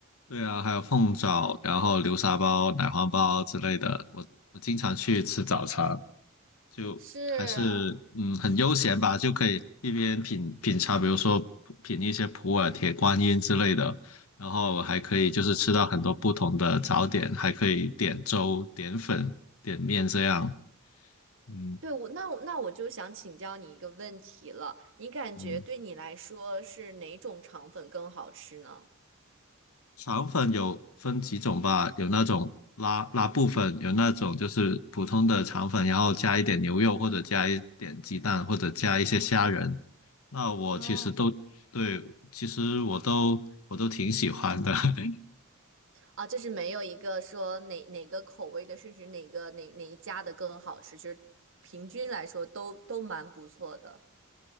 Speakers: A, on the left; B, on the right.
A: 对啊，还有凤爪，然后流沙包、奶黄包之类的，我我经常去吃早餐。就还是嗯很悠闲吧，
B: 是，
A: 就可以一边品品茶，比如说品一些普洱、铁观音之类的，然后还可以就是吃到很多不同的早点，还可以点粥、点粉、点面这样。嗯
B: 对我那我那我就想请教你一个问题了，你感觉对你来说是哪种肠粉更好吃呢？
A: 嗯，肠粉有分几种吧，有那种拉拉布粉，有那种就是普通的肠粉，然后加一点牛肉或者加一点鸡蛋或者加一些虾仁。那我其实都对，
B: 哦，
A: 其实我都我都挺喜欢的，<laughs>
B: 啊，就是没有一个说哪哪个口味的，甚至哪个哪哪一家的更好吃，就是平均来说都都蛮不错的。